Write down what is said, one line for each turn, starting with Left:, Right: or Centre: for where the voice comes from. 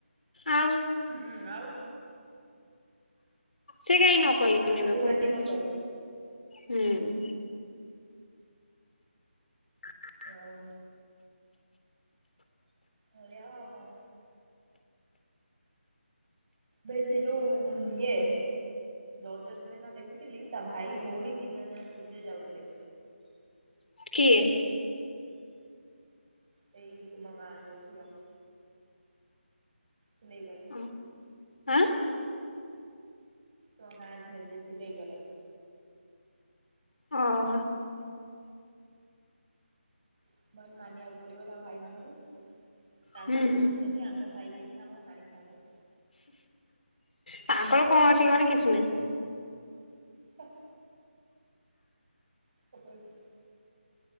Left: ଆଉ
Right: ହୁଁ ଆଉ
Left: ସେ କାହିଁ ନ କହିବେ
Right: ଗାଁ
Left: <unintelligible>
Right: ଲୋକକୁ
Left: କହୁନୁ
Right: ଡାକିକି ପଚାରୁଛି
Left: ହୁଁ। ହ
Right: ଆଉ ସେୟା ଆଉ କଣ? ବେ ସେ ଯୋଉ-ଉ-ଉ ଏ ରଜ ଦିନ ଦେଖିଥିଲି ତା ଭାଇ ଭଉଣୀ ତିନି ଜଣ ଯାକ ସ୍କୁଟିରେ ଯାଉଥିଲେ।
Left: କିଏ?
Right: ସେଇ ତୁମ ଗାଁ ଯୋଉ ଝିଅ। ଫୁଲେଇ ଦଳ।
Left: ଉ ହାଁ।
Right: ତୁମ ଗାଁ ଝିଅ ଯିଏ ସିଲେଇ କରେ
Left: ଓ ହୋ।
Right: ମୁଁ କହିଲି ମାନିବାକୁ ପଡିବ। ତା ଭାଇ ମାନଙ୍କୁ ତା
Left: ହୁଁ
Right: ସାଙ୍ଗେ ବୁଲୁଛନ୍ତି ଆମ ଭାଇ ହେଇଥାନ୍ତେ ଆମକୁ ହାଣିଥାନ୍ତେ।
Left: ତାଙ୍କର କଣ ଅଛି କହନି କିଛି ନାହିଁ।
Right: ହ <unintelligible>